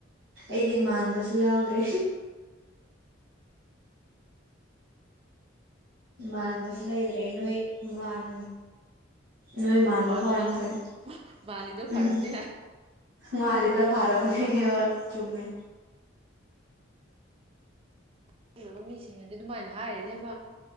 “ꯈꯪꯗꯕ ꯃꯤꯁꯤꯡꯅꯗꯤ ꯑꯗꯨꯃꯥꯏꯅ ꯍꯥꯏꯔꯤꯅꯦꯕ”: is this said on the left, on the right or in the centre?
Right